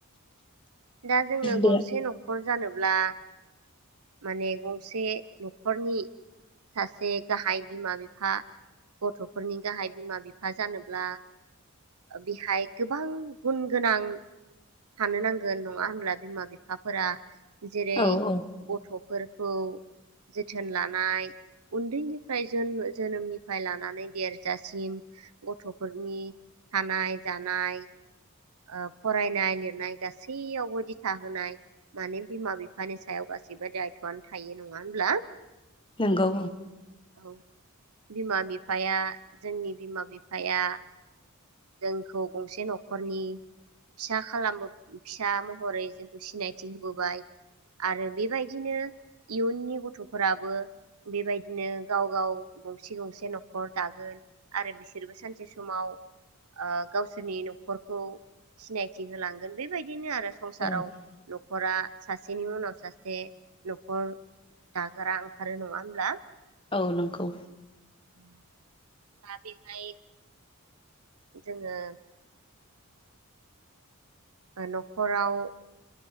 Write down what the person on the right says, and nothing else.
दा जोङो
गंसे न नखर जानोब्ला माने गंसे न'खरनि सासे गाहाय बिमा बिफा गथ'फोरनि गाहाय बिमा बिफा जानोब्ला बेहाय गोबां गुन गोनां थानो नांगोन नङा होनब्ला बिमा बिफाफोरा जेरै-
गथ'फोरखौ जोथोन लानाय उन्दैनिफ्राय जो जोनोमनिफ्राय लानानै देरजासिम गथ'फोरनि थानाय जानाय ओ फरायनाय लिरनाय गासैयावबो दिथा होनाय माने बिमा बिफानि सायाव गासैबो दायथ'आनो थायो नङा होमब्ला
औ बिमा बिफाया जोंनि बिमा बिफाया जोंखौ गंसे न'खरनि फिसा खालाम फिसा महरै जोंखौ सिनायथि होबोबाय आरो बेबायदिनो इयुननि गथ'फोराबो बेबायदिनो गाव गाव गंसे गंसे न'खर दागोन आरो बिसोरबो सानसे समाव ओ गावसोरनि न'खरखौ सिनायथि होलांगोन बेबाय दिनो आरो संसाराव
न'खरा सासेनि उनाव सासे न'खर दाग्रा ओंखारो नंङा होमब्ला।
<unintelligible> दा बेवहाय जोंङो न'खराव